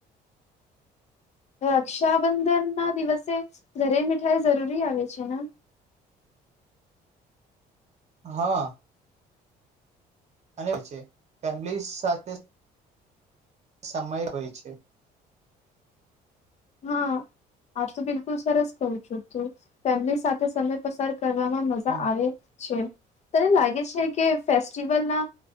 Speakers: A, on the left; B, on the right.
A: રક્ષાબંધન ના દિવસે ઘરે મીઠાઈ જરૂરી આવે છે ને
B: હા અને છે ફેમિલી સાથે સમય હોય છે
A: હા આ તો બિલકુલ સરસ કવ છું તું ફેમિલી સાથે સમય પસાર કરવામાં મજા
B: હા,
A: આવે છે તને લાગે છે કે ફેસ્ટિવલના